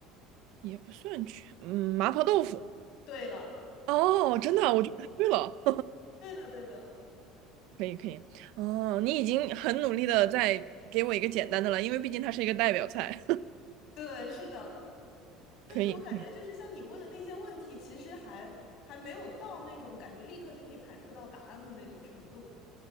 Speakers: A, on the right; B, on the left.
A: 也不算全，嗯，麻婆豆腐。
B: 对了，
A: 哦，真的，我觉得对了，
B: 对的，对的，
A: <laughs> 可以可以。哦，你已经很努力的在给我一个简单的了，因为毕竟它是一个代表菜，
B: 对，是的。
A: <laughs>
B: 但是我感觉就是像你问的那些问题，
A: 可以可以。
B: 其实还还没有到那种感觉立刻就可以排除到答案的那种程度。